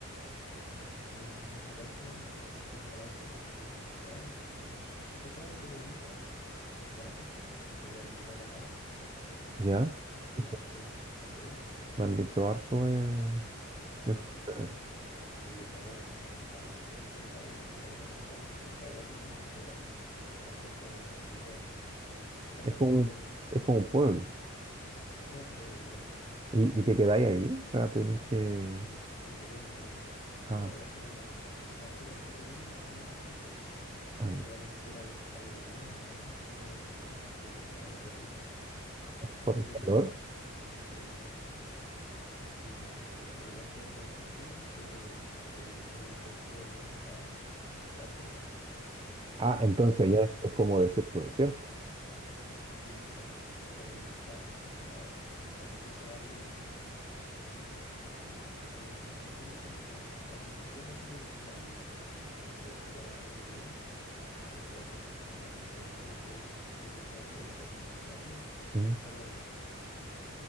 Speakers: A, on the left; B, on the right.
A: Pucha, sí, en ese caso, no sé si hablamos como de turistear, quizá un poquito caro, pero bonito y buena fecha, sería quizá Atacama,
B: ¿Ya?
A: en
B: Sí,
A: la
B: sí.
A: parte de San, San Pedro.
B: Me han dicho harto de,
A: Sí,
B: de San Pedro.
A: tenéis de todo ahí, o sea, es un poco caro porque está como igual pensado para turismo, total. La ciudad es como bien chica, es como casa
B: Es
A: de
B: como
A: adobe,
B: un, es como un pueblo.
A: es un pueblo literalmente.
B: ¿Y, y te quedáis
A: Y
B: ahí? O sea, tenéis que...
A: Sí, sí, te queda en el pueblo. Pero
B: Ah,
A: igual hay harto como, harto- como al ser harto turismo, también harta agencia, pues.
B: ahí,
A: Te voy a pegar un tour al Valle de la Luna en la noche o en el día, aunque en el día es como medio terrible, como
B: por
A: mil
B: el calor.
A: grados. Sí, sí, sí. Y la, pero en la noche hace mucho frío, pero el, c- se- el- tiene el mejor cielo del mundo para observar.
B: Ah, entonces
A: Y
B: allá es, es como desierto, desierto.
A: sí, pues no, si estáis cerca de, o sea, de Atacama, pues, el, el desierto más árido del mundo. Y también tenéis como para turistear así como el altiplano, turistearse para la cordillera. Y es precioso, así como vista increíble. Y también tenéis como geyser, el Tatio,
B: Mm,
A: que está por ahí.